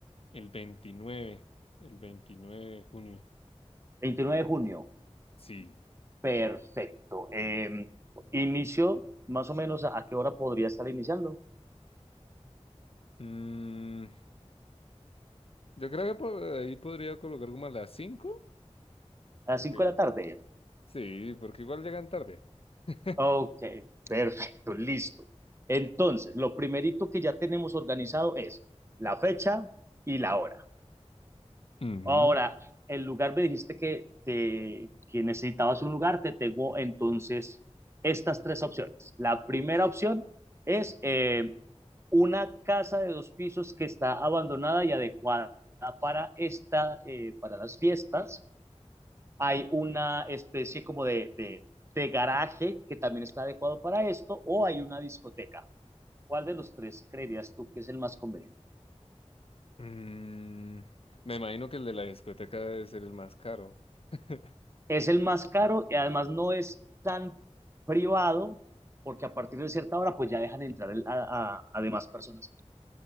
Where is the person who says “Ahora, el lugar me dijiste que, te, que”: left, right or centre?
Right